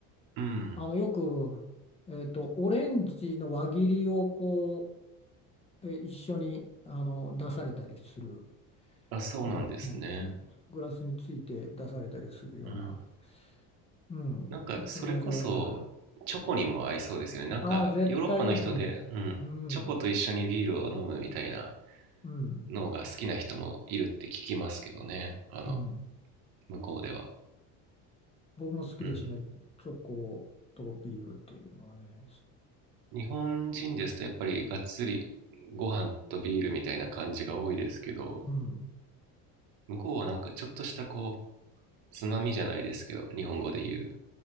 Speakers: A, on the right; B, on the left.
A: うん。
B: あの、よく、えっと、オレンジの輪切りをこう、え、一緒にあの出されたりする、
A: あ、そうなんですね。
B: うんうん、グラスについて出されたりするような、
A: うん。
B: うん、
A: なんかそれこそチョコにも合いそうですよね。
B: とっても味わいのある。
A: なんかヨーロッパの人で、
B: ああ、絶対いいと思う。
A: うん、
B: うん、
A: チョコと一緒にビールを飲むみたいな
B: うん、
A: のが好きな人もいるって聞きますけどね。あの、
B: うん。
A: 向こうでは。
B: 僕も好きですね。
A: うん。
B: チョコとビールっていうのはね。
A: 日本人ですとやっぱりがっつりご飯とビールみたいな感じが多いですけど、
B: うん、
A: 向こうはなんかちょっとしたこう、つまみじゃないですけど、日本語で言う、